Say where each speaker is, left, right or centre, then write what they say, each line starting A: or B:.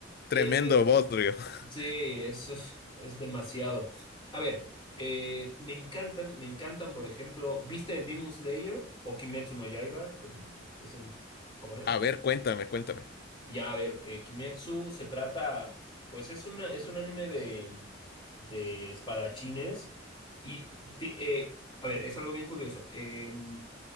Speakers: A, on the left; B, on the left.
A: Tremendo
B: Eh,
A: bodrio. <laughs>
B: Sí, eso es, es demasiado. A ver, eh, me encantan, me encantan, por ejemplo, ¿viste Demon Slayer o Kimetsu no Yaiba, como es en japonés?
A: A ver, cuéntame, cuéntame.
B: Ya, a ver, eh, Kimetsu se trata, pues es una, es un anime de, de espadachines y, ti- eh, a ver, es algo bien curioso. Em,